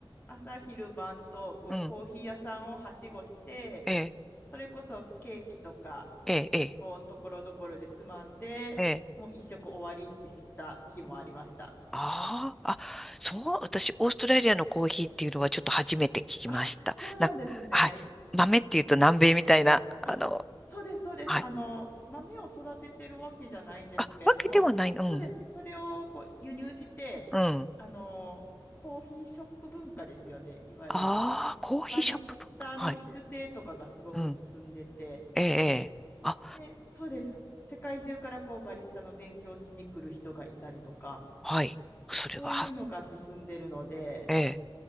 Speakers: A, on the left; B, in the centre.
A: 朝昼晩とこうコーヒー屋さんをはしごして
B: うん、ええ、
A: それこそケーキとか
B: ええ、え
A: こうところどころでつまんでもう一食終わりってした日もありました。
B: ーえーああ、あ、そう、私、オーストラリアのコーヒーっていうのはちょっと初めて聞きました。
A: あ、そうなんですね。
B: な、はい。豆っていうと南米みたいな、
A: あ、
B: あの、
A: そうです、そうです。
B: はい。
A: あの、豆を育ててるわけじゃないんですけれども、
B: あ、わけではない、うん、
A: そうです。それをこう輸入して、
B: うん。
A: あの、コーヒーショップ文化ですよね、いわゆる。
B: ああ、コーヒーショップ文化。
A: バリスタの育成とかがすごく進んでて、
B: はい。うん、ええ、えーあ、
A: で、そうです。世界中からこうバリスタの勉強しに来る人がいたりとか、
B: はい。それは、
A: そういうのが進んでるので、
B: はええ。